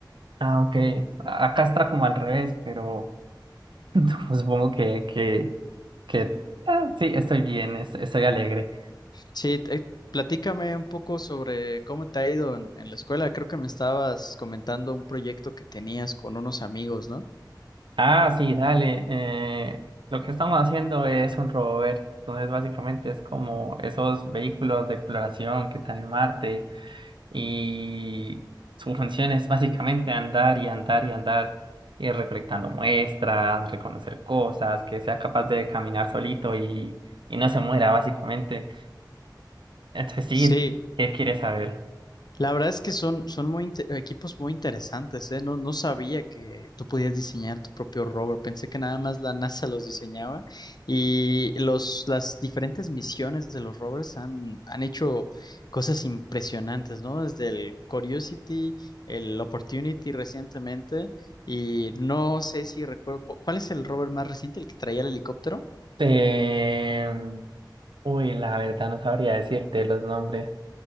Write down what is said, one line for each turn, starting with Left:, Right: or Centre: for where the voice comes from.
Right: Ah, ok. A- Acá está como al revés, pero <laughs> supongo que, que, que ah, sí, estoy bien, es- estoy, alegre.
Left: Sí, te- platícame un poco sobre cómo te ha ido en, en la escuela, creo que me estabas comentando un proyecto que tenías con unos amigos, ¿no?
Right: Ah, sí, dale. eh, lo que estamos haciendo es un rover. Entonces, básicamente es como esos vehículos de exploración que están en Marte y su función es básicamente andar y andar y andar, ir recolectando muestras, reconocer cosas, que sea capaz de caminar solito y, y no se muera, básicamente. Entonces, sí,
Left: Sí.
Right: ¿qué quieres saber?
Left: La verdad es que son, son muy inte- equipos muy interesantes, ¿eh? No, no sabía que tú podías diseñar tu propio rover. Pensé que nada más la NASA los diseñaba y los, las diferentes misiones de los rovers han, han hecho cosas impresionantes, ¿no? Desde el Curiosity, el Opportunity recientemente y no sé si recuerdo, ¿cuál es el rover más reciente, el que traía el helicóptero?
Right: Eh, uy, la verdad no sabría decirte los nombres.